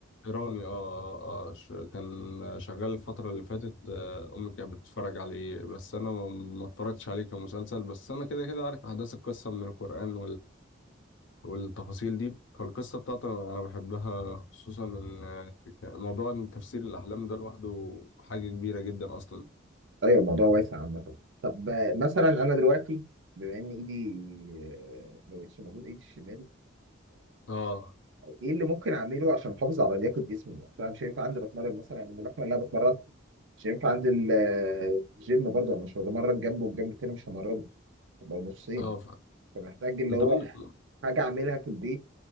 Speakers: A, on the left; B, on the right.
A: ايراني اه, آه آه، ش- كان شغال الفترة اللي فاتت آه امي كانت بتتفرج عليه بس انا ما ما اتفرجتش عليه كمسلسل بس انا كده كده عارف احداث القصة من القرآن والتفاصيل دي فالقصة بتاعته أنا بحبها خصوصا إن موضوع إن تفسير الأحلام ده لوحده حاجة كبيرة جدا أصلا
B: أيوة الموضوع واسع عامة طب مثلا أنا دلوقتي بما إن إيدي آه، ما بقتش موجود إيدي الشمال
A: اه
B: ايه اللي ممكن اعمله عشان احافظ على لياقه جسمي عشان انا مش هينفع انزل اتمرن مثلا يعني اللحمه اللي انا بتمرن مش هينفع انزل آه، جيم برضه انا مش هتمرن جنبه والجنب التاني مش همرنه هبقى نصين
A: اه ف...
B: فمحتاج اللي
A: انت
B: هو
A: ممكن
B: حاجه اعملها في البيت